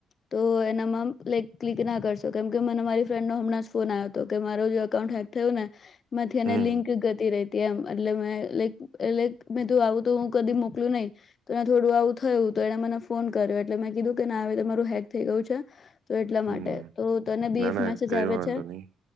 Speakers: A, on the left (about 45°); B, on the right (about 80°).
A: તો એનામાં લક ક્લિક ના કરશો કેમકે મને મારી ફ્રેન્ડ નો હમણાં જ ફોન આવ્યો હતો કે મારો જે એકકાઉન્ટ હેક થયું ને. મધ એના
B: હમ
A: લિંક ગતિ ર ત્યા એટલે મે લક મે તું આવું તો હું કદી મોકલું નહી, તો થોડું આવું થયું. તો એટ મને ફોન કર એટલેં કીધું ના આવે તમારું હેક થઈ ગઉ છે. તો એટલા
B: હમ
A: માટે તો તને બીફ
B: ના ના
A: મેસેજ
B: કઈ
A: આવે
B: વાંધો
A: છે,
B: નહી